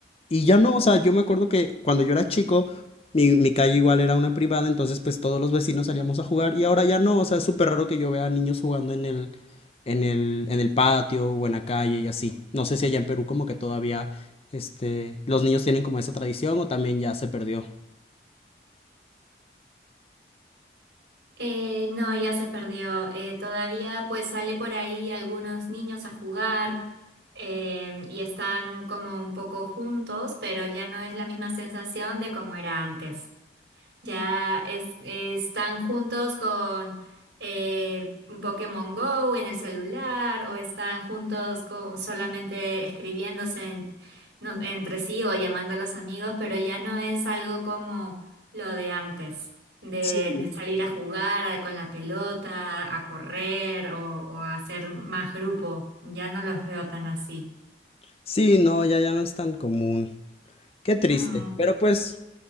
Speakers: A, on the left; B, on the right.
A: Y ya no, o sea, yo me acuerdo que cuando yo era chico, mi, mi calle igual era una privada, entonces pues todos los vecinos salíamos a jugar y ahora ya no, o sea, es súper raro que yo vea niños jugando en el, en el, en el patio o en la calle y así. No sé si allá en Perú como que todavía, este, los niños tienen como esa tradición o también ya se perdió.
B: Eh, no, ya se perdió. Eh, todavía pues sale por ahí algunos niños a jugar eh, y están como un poco juntos, pero ya no es la misma sensación de como era antes. Ya es- están juntos con el Pokémon Go en el celular o están juntos con, solamente escribiéndose en- no- entre sí o llamando a los amigos, pero ya no es algo como lo de antes, de,
A: Sí.
B: de salir a jugar a- con la pelota, a correr o, o a hacer más grupo. Ya no los veo tan así.
A: Sí, no, ya, ya no es tan común. Qué triste,
B: Mm.
A: pero pues